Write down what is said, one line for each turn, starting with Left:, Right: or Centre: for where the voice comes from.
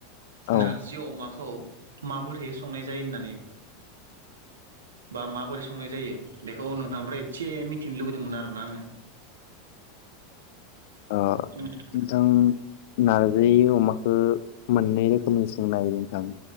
Left: औ
Right: नार जि अमाखौ माबोरै संनाय जायो होननानै बा माबोरै संनाय जायो बेखौ नोंथांनिफ्राय एसे मिथिनो लुबैदोंमोन आरोना आङो।
Left: ओ
Right: <unintelligible>
Left: नोंथां नारजै अमाखौ मोननै रोखोमै संनो हायो नोंथां।